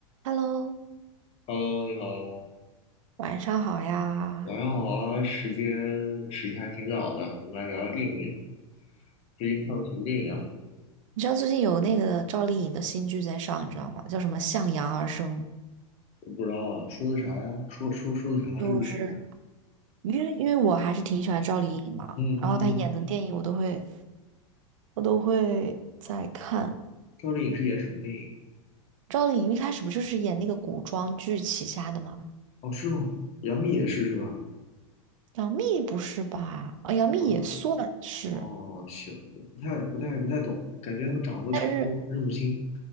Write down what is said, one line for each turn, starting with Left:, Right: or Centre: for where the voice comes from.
Right: Hello，
Left: Hello，你好，
Right: 晚上好呀！
Left: 晚上好啊，时间时间还挺早的，我们来聊聊电影。最近看了什么电影啊？
Right: 你知道最近有那个赵丽颖的新剧在上，你知道吗？叫什么《向阳而生》，
Left: 我不知道啊，说的啥呀？说说说的啥啊？
Right: 就是
Left: 这个电影是啥
Right: 因为因为我还是挺喜欢赵丽颖嘛，
Left: 嗯嗯，
Right: 然后她演的电影我都会我都会在看。
Left: 赵丽颖是演什么电影？
Right: 赵丽颖一开始不就是演那个古装剧起家的吗？
Left: 哦，是吗？杨幂也是是吧？
Right: 杨幂不是吧？啊、杨幂也算是，
Left: 啊，哦，行，我不太不太不太懂，感觉他们长得都差不多，
Right: 但是。
Left: 认不清。